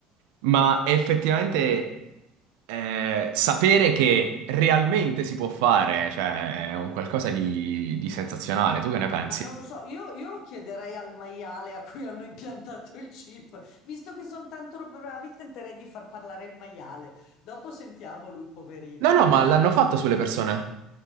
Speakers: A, on the right; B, on the left.
A: ma effettivamente eh, sapere che realmente si può fare, cioè, è un qualcosa di, di sensazionale. Tu che ne pensi?
B: Ma non lo so, io, io lo chiederei al maiale a cui hanno impiantato il chip. Visto che sono tanto bravi, tenterei di far parlare il maiale. Dopo sentiamo lui, poverino,
A: No, no,
B: cosa...
A: ma l'hanno fatto
B: Oddio,
A: sulle persone.